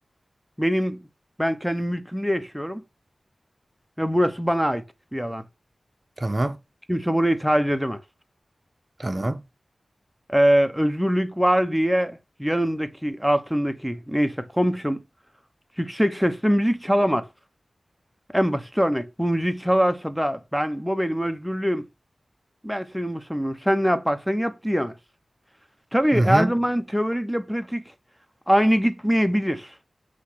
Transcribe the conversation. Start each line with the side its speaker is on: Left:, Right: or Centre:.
Centre: Benim ben kendi mülkümde yaşıyorum ve burası bana ait bir alan.
Right: Tamam.
Centre: Kimse burayı taciz edemez.
Right: Tamam.
Centre: Ee, özgürlük var diye yanımdaki altındaki neyse komşum yüksek sesle müzik çalamaz. En basit örnek. Bu müziği çalarsa da ben bu benim özgürlüğüm. Ben seni umursamıyorum. Sen ne yaparsan yap diyemez. Tabii
Right: Hı hı.
Centre: her zaman teoriyle pratik aynı gitmeyebilir.